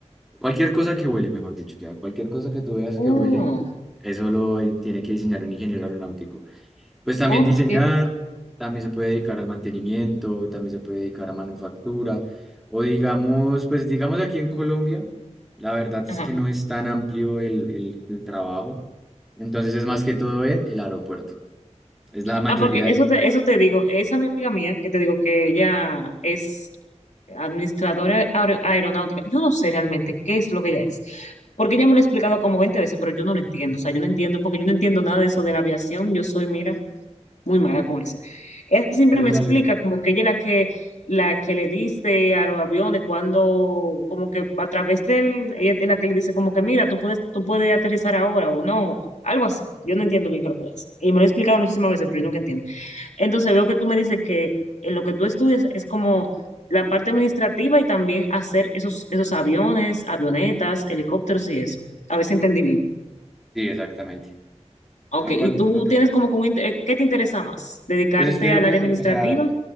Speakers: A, in the centre; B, on the left.
A: cualquier cosa que vuele, mejor dicho. O sea, cualquier cosa que tú veas
B: verdad.
A: que vuele, eso lo eh, tiene que diseñar un ingeniero aeronáutico. Pues también
B: Ok.
A: diseñar, también se puede dedicar al mantenimiento, también se puede dedicar a manufactura, o digamos, pues digamos aquí en Colombia, la verdad
B: Ajá.
A: es que no es tan amplio el, el- el trabajo, entonces es más que todo en el aeropuerto, es la mayoría
B: Ah, porque eso
A: de los,
B: te, eso te digo, esa amiga mía que te digo que ella es administradora aer- aeronáutica, yo no sé realmente qué es lo que ella es, porque ella me lo ha explicado como 20 veces, pero yo no lo entiendo, o sea, yo no entiendo, porque yo no entiendo nada de eso de la aviación, yo soy, mira. muy mala con eso. Ella siempre
A: de los
B: me explica
A: alumnos.
B: como que ella es la que, la que le dice a los aviones cuando, como que a través de él, ella es la que le dice como que mira, tú puedes, tú puedes aterrizar ahora o no, algo así. Yo no entiendo bien qué es lo que ella hace. Y me lo he explicado muchísimas veces, pero yo nunca entiendo. Entonces veo que tú me dices que en lo que tú estudias es como la parte administrativa y también hacer esos, esos aviones, avionetas, helicópteros y eso. A ver si entendí bien.
A: Sí, exactamente,
B: Ok,
A: tal cual
B: ¿y tú
A: como tú
B: tienes
A: lo mencionas.
B: como que un inter- eh, qué te interesa más? ¿Dedicarte
A: Pues es que lo
B: al
A: que,
B: área administrativa?
A: o sea,